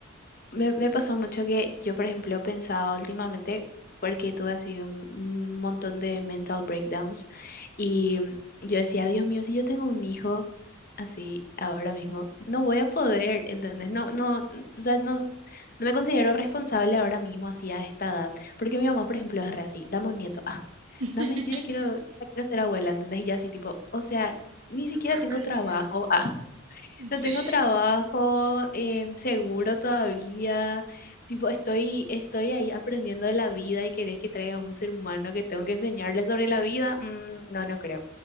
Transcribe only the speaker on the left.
Me, me pasó mucho que yo, por ejemplo, pensaba últimamente, porque tuve así un, un montón de mental breakdowns, y mm, yo decía, Dios mío, si yo tengo un hijo así ahora mismo, no voy a poder, ¿entendés? No, no, n- o sea, no, no me considero responsable ahora mismo así a esta edad, porque mi mamá, por ejemplo, es re así, dame un nieto, ah,
dame, yo ya quiero, ya quiero ser abuela, ¿entendés? Y yo así tipo, o sea, ni
siquiera tengo
trabajo, ah, no
tengo trabajo en seguro todavía. Tipo, estoy, estoy ahí aprendiendo de la vida y querés que traiga un ser humano que tengo que enseñarle sobre la vida. Mm, no, no creo.